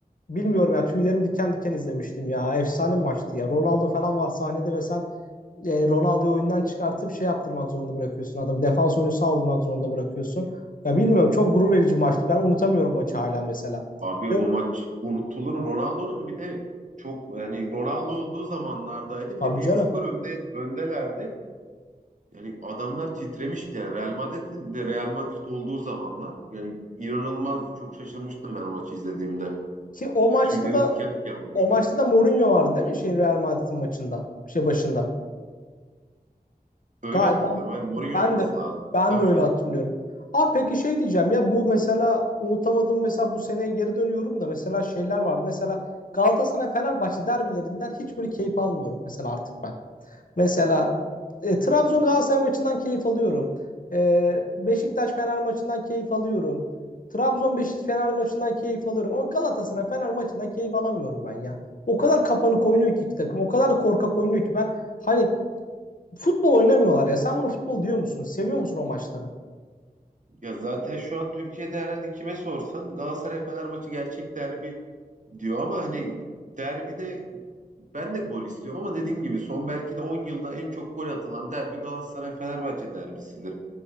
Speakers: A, on the left; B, on the right.
A: bilmiyorum ya tüylerim diken diken izlemiştim ya. Efsane bir maçtı ya. Ronaldo falan var sahnede ve sen e, Ronaldo'yu oyundan çıkartıp şey yaptırmak zorunda bırakıyorsun adamı. Defans oyuncusu aldırmak zorunda bırakıyorsun. Ya bilmiyorum çok gurur verici maçtı. Ben unutamıyorum maçı hala mesela.
B: abi
A: Ve-
B: o maç unutulur. mu? Ronaldo'nun bir de çok yani Ronaldo olduğu zamanlardaydı. Bir
A: Tabii
B: de bir
A: canım.
B: sıfır önde öndelerdi. Yani adamlar titremişti. Yani Real Madrid'in de Real Madrid olduğu zamanlar yani inanılmazdı. Çok şaşırmıştım ben o maçı izlediğimde.
A: Ki o maçta
B: Tüylerim
A: da
B: diken diken olmuştu.
A: o maçta da Mourinho vardı değil mi? Şeyin Real Madrid'in maçında. Şey başında.
B: Öyle
A: Galiba
B: hatırlıyorum. Yani Mourinho
A: Ben
B: olması
A: de
B: lazım.
A: ben
B: Tabii
A: de öyle
B: canım.
A: hatırlıyorum. Aa peki şey diyeceğim ya bu mesela unutamadım mesela bu seneye geri dönüyorum da mesela şeyler var. Mesela Galatasaray Fenerbahçe derbilerinden hiç böyle keyif almıyorum mesela artık ben. Mesela e, Trabzon Galatasaray maçından keyif alıyorum. E, Beşiktaş Fener maçından keyif alıyorum. Trabzon Beşiktaş Fener maçından keyif alıyorum ama Galatasaray Fener maçından keyif alamıyorum ben ya. O kadar kapanık oynuyor ki iki takım. O kadar da korkak oynuyor ki ben hani Futbol oynamıyorlar ya. Sen bunu futbol diyor musun? Seviyor musun o maçları?
B: Ya zaten şu an Türkiye'de herhalde kime sorsan Galatasaray Fener maçı gerçek derbi diyor ama hani derbide ben de gol istiyorum ama dediğin gibi son belki de 10 yılda en çok gol atılan derbi Galatasaray Fenerbahçe derbisidir.